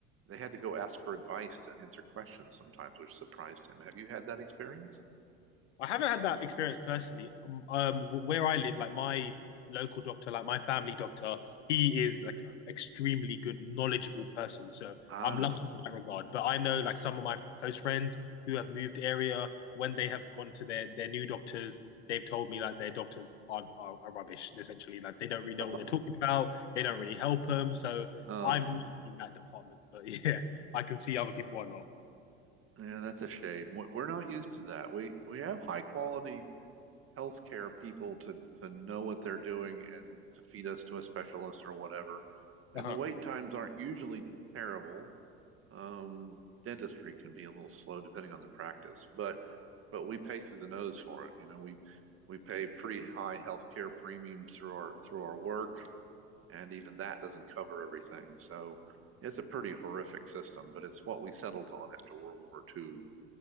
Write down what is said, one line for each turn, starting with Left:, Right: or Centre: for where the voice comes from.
Right: they had to go ask for advice to answer questions sometimes, which surprised him. Have you had that experience?
Left: I haven't had that experience personally. Um, um, where I live, like my local doctor, like my family doctor, he is like an extremely good, knowledgeable person. So
Right: Ah.
Left: I'm lucky in that regard. But I know like some of my f- close friends who have moved area, when they have gone to their their new doctors, they've told me like their doctors are are, are rubbish, essentially. Like they don't really know
Right: <laughs>
Left: what they're talking about. They don't really help them. So
Right: Oh,
Left: I'm lucky in that department. But <laughs> yeah, I can see other people are not.
Right: yeah, that's a shame. We- We're not used to that. We we have high quality healthcare people to to know what they're doing and to feed us to a specialist or whatever. And
Left: <laughs>
Right: the wait times aren't usually terrible. Um, dentistry can be a little slow depending on the practice, but but we pay through the nose for it. You know, we we pay pretty high healthcare premiums through our through our work, and even that doesn't cover everything. So it's a pretty horrific system, but it's what we settled on after World War II